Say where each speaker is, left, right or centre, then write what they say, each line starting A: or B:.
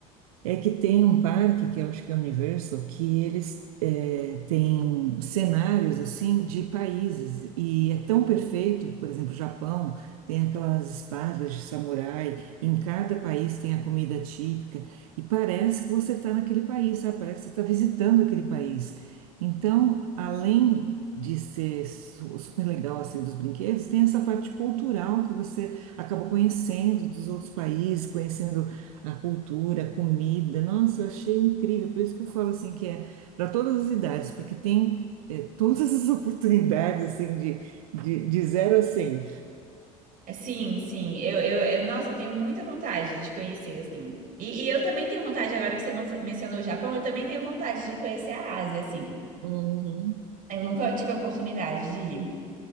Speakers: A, on the right (about 85°); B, on the right (about 50°).
A: É que tem um parque, que eu acho que é o Universal, que eles eh, têm cenários assim de países e é tão perfeito, por exemplo, o Japão tem aquelas espadas de samurai, em cada país tem a comida típica e parece que você está naquele país, sabe? Parece que você está visitando aquele país. Então, além de ser su- super legal assim dos brinquedos, tem essa parte cultural que você acaba conhecendo dos outros países, conhecendo a cultura, a comida, nossa, eu achei incrível. Por isso que eu falo assim que é para todas as idades, porque tem eh, todas as <laughs> oportunidades assim de, de, de zero a cem.
B: É, Sim, sim. Eu, eu, eu- nossa, eu tenho muita vontade de conhecer, assim. E, e eu também tenho vontade, agora que você man- mencionou o Japão, eu também tenho vontade de conhecer a Ásia, assim.
A: Uhum.
B: Eu nunca tive a oportunidade de ir.